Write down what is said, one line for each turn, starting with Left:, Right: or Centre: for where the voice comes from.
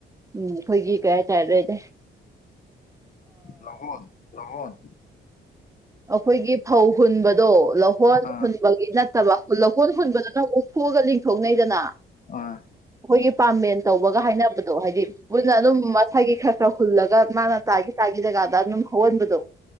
Right: ꯎꯝ ꯑꯩꯈꯣꯏꯒꯤ ꯀꯩ ꯍꯥꯏꯇꯥꯔꯦ ꯑꯗꯨꯗꯤ
Left: ꯂꯣꯟ ꯂꯣꯟ
Right: ꯑꯩꯈꯣꯏꯒꯤ ꯐꯧ ꯍꯨꯟꯕꯗꯣ ꯂꯧꯍꯣꯟ
Left: ꯑꯥ
Right: ꯍꯨꯕ ꯅꯠꯇꯕ ꯂꯧꯀꯣꯟ ꯍꯨꯟꯕꯗꯨꯅ ꯑꯃꯨꯛꯊꯣꯛꯑꯒ ꯂꯤꯡꯊꯣꯛꯅꯩꯗꯅ
Left: ꯑ
Right: ꯑꯩꯈꯣꯏꯒꯤ ꯄꯥꯝꯕꯦꯟ ꯇꯧꯕꯒ ꯍꯥꯏꯅꯕꯗꯣ ꯍꯥꯏꯗꯤ ꯃꯟꯅ ꯑꯗꯨꯝ ꯃꯁꯥꯏꯒꯤ ꯈꯔ ꯈꯔ ꯍꯨꯜꯂꯒ ꯃꯥꯅ ꯇꯥꯈꯤ ꯇꯥꯈꯤ ꯖꯀꯥꯟꯗ ꯑꯗꯨꯝ ꯍꯧꯍꯟꯕꯗꯣ